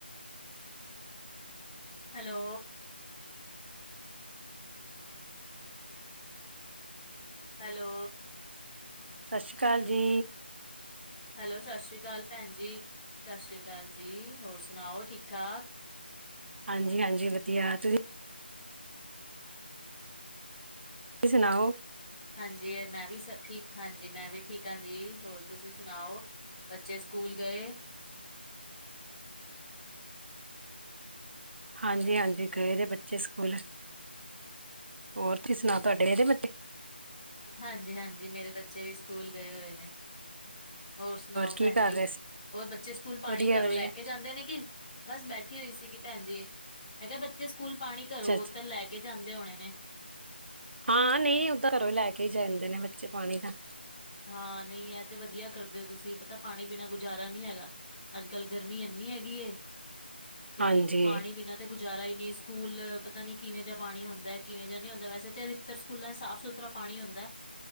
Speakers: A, on the right; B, on the left.
A: <unintelligible>
B: Hello hello
A: ਸਤਿ ਸ਼੍ਰੀ ਅਕਾਲ ਜੀ
B: ਹੈਲੋ ਸਤਿ ਸ਼੍ਰੀ ਅਕਾਲ ਭੈਣਜੀ ਸਤਿ ਸ਼੍ਰੀ ਅਕਾਲ ਜੀ ਹੋਰ ਸੁਣਾਓ ਠੀਕ ਠਾਕ
A: ਹਾਂਜੀ ਹਾਂਜੀ ਵਧੀਆ ਤੁਸੀਂ ਤੁਸੀ ਸੁਣਾਓ
B: ਹਾਂਜੀ ਮੈਂ ਵੀ ਠੀਕ ਹਾਂਜੀ ਮੈਂ ਵੀ ਠੀਕ ਹਾਂ ਜੀ ਹੋਰ ਤੁਸੀਂ ਸੁਣਾਓ ਬੱਚੇ ਸਕੂਲ ਗਏ
A: ਹਾਂਜੀ ਹਾਂਜੀ ਗਏ ਦੇ ਬੱਚੇ ਸਕੂਲ ਹੋਰ ਤੁਸੀਂ ਸੁਣਾ ਤੁਹਾਡੇ ਇਹਦੇ ਬੱਚੇ
B: ਹਾਂਜੀ ਹਾਂਜੀ ਮੇਰੇ ਬੱਚੇ ਵੀ ਸਕੂਲ ਗਏ ਹੋਏ ਨੇ ਹੋਰ ਸੁਣਾਓ
A: ਕੀ
B: ਭੈਣ
A: ਕਰ
B: ਜੀ
A: ਰਹੇ ਸੀ?
B: ਹੋਰ ਬੱਚੇ ਸਕੂਲ ਪਾਣੀ
A: ਵਧੀਆ
B: ਘਰੋਂ
A: ਵਧੀਆ
B: ਲੈ ਕੇ ਜਾਂਦੇ ਨੇ ਕਿ ਬਸ ਬੈਠੀ ਹੋਈ ਸੀਗੀ ਭੈਣ ਜੀ ਮੈਂ ਕਿਹਾ ਬੱਚੇ ਸਕੂਲ ਪਾਣੀ
A: ਅੱਛਾ
B: ਘਰੋ ਬੋਤਲ
A: ਅੱਛਾ
B: ਲੈ ਕੇ ਜਾਂਦੇ ਹੋਣੇ ਨੇ
A: ਹਾਂ ਨਹੀਂ ਉਹ ਤਾਂ ਘਰੋਂ ਲੈ ਕੇ ਹੀ ਜਾਂਦੇ ਨੇ ਬੱਚੇ ਪਾਣੀ ਦਾ
B: ਹਾਂ ਨਹੀਂ ਹੈ ਤੇ ਵਧੀਆ ਕਰਦੇ ਹੋ ਤੁਸੀਂ ਪਤਾ ਪਾਣੀ ਬਿਣਾ ਗੁਜ਼ਾਰਾ ਨਹੀਂ ਹੈਗਾ ਅੱਜ ਕੱਲ ਗਰਮੀ ਇੰਨੀ ਹੈਗੀ ਤੇ
A: ਹਾਂਜੀ
B: ਪਾਣੀ ਬਿਨਾਂ ਤੇ ਗੁਜ਼ਾਰਾ ਹੀ ਨਹੀਂ ਸਕੂਲ ਪਤਾ ਨੀ ਕਿਵੇਂ ਜਾ ਪਾਣੀ ਹੁੰਦਾ ਕਿਵੇਂ ਦਾ ਨੀ ਹੁੰਦਾ ਵੈਸੇ ਸਕੂਲਾਂ ਸਾਫ ਸੁਥਰਾ ਪਾਣੀ ਹੁੰਦਾ ਹੈ